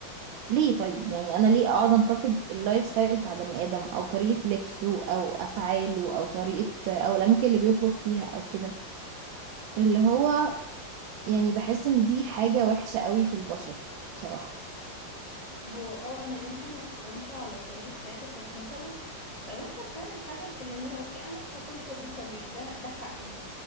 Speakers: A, on the right; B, on the left.
A: ليه طيب يعني انا ليه اقعد انتقد اللايف ستايل بتاع بني ادم او طريقة لبسه او افعاله او طريقة او الاماكن اللي بيخرج فيها او كده اللي هو يعني بحس ان دي حاجة وحشة قوي في البشر بصراحة
B: هو اه انا ممكن ما احكمش على طريقة حياتك بس مثلا لو انت بتعمل الحاجة الفلانية اوكي انا مش هكون صديقة ليه ده ده حقي